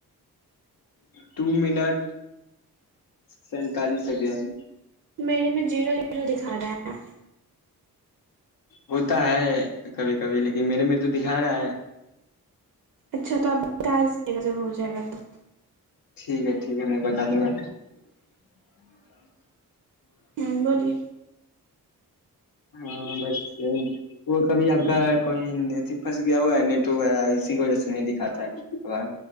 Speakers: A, on the left (about 60°); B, on the right (about 55°).
A: دو منٹ سینتالس سیکنڈ
B: میرے میں زیرو زیرو دکھا رہے ہیں
A: ہوتا ہے کبھی کبھی لیکن میرے میں تو دکھا رہا ہے
B: اچھا تو آپ بتا دیجے گا جب ہو جائے گا تو
A: ٹھیک ہے ٹھیک ہے میں بتا دوں گا
B: ہ بولیے
A: ہاں بس یہ وہ کبھی آپ کا کوئی اھی پھنس گیا ہوا ہے نیٹ وغیرہ اسی کی وجہ سے نہیں دکھاتا ہے